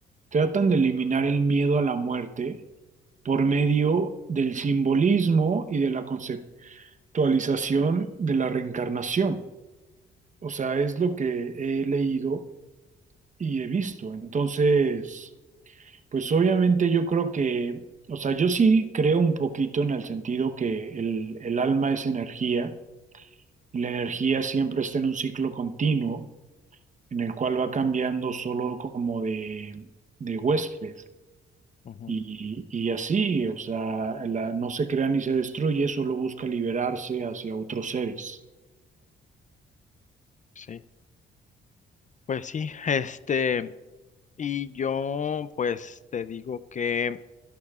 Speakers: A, on the right (about 40°); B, on the left (about 40°).
A: tratan de eliminar el miedo a la muerte por medio del simbolismo y de la conceptualización de la reencarnación. O sea, es lo que he leído y he visto. Entonces, pues obviamente yo creo que, o sea, yo sí creo un poquito en el sentido que el, el alma es energía y la energía siempre está en un ciclo continuo en el cual va cambiando solo como de, de huésped.
B: Ujú,
A: Y, y así, o sea, la- no se crea ni se destruye, solo busca liberarse hacia otros seres.
B: sí, pues sí, este, y yo pues te digo que